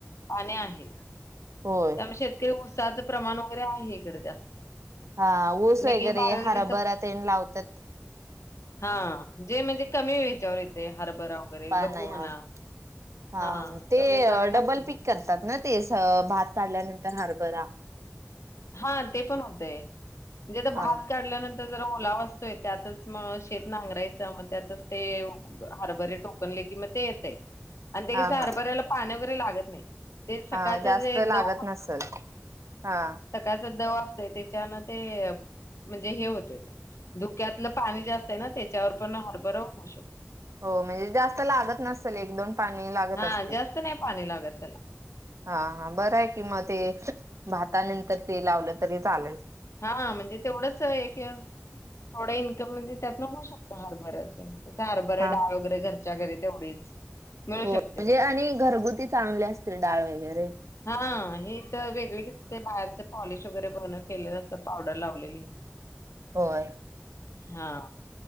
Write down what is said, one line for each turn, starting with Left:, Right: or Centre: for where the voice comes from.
Left: पाणी आहे.
Right: होय
Left: त्यामुळे शेतकरी ऊसाच. प्रमाण वगैरे आहे इकडं जास्त.
Right: हा ऊस
Left: पण एक
Right: वगैरे
Left: एक भागाकडे
Right: हराभरा ते लावतात.
Left: हा जे म्हणजे कमी हेचार येते हर बरोबर आहे
Right: पाण्यावर
Left: गहु म्हणा <unintelligible>
Right: हा
Left: हां,
Right: ते
Left: कमी पाणी लागतं
Right: डबल
Left: त्याला.
Right: पिक करतात ना ते स भात काढल्यानंतर. हरबरा.
Left: हा. ते पण होतय भात
Right: हा
Left: काढल्यानंतर ते जरा ओलाव असतोय त्यातच मग शेत नांगरायचं मग त्यातच ते हरभरे टोकनले की मग ते येते. आणि
Right: हा
Left: कशे हारबरायला
Right: हा
Left: पाण्या लागत नाही. ते सकाळचं
Right: हा जास्त
Left: जे
Right: लागत
Left: दव
Right: नसल हा.
Left: जस दव असते त्याच्यान ते म्हणजे हे व्हात धुक्यातलं पाणी जे असतं ना त्याच्यावर पण हरभर होऊ शुकते.
Right: हो म्हणजे जास्त लागत नसल एक दोन पाणी लागत
Left: हा
Right: असते
Left: जास्त नाही पाणी लागत त्याला.
Right: हा हा बर आहे कि म ते भातानंतर ते लावलं तरी चालेल.
Left: हा म्हणजे तेवढंच एक थोडं इन्कम म्हणजे त्यात न होऊ शकत हरभराच. हरबरा
Right: हा
Left: डाळ वगैरे घरची. घरच्या घरी तेवढीच. मिळू
Right: हो
Left: शकते
Right: म्हणजे
Left: त्यांना.
Right: आणि घरगुती चांगले असतील डाळ वगैरे.
Left: हा हे तर वेगवेगळेची ते बाहेरचे पॉलिश वगैरे बघुन केलेलं असता पावडर लावलेली.
Right: होय.
Left: हा.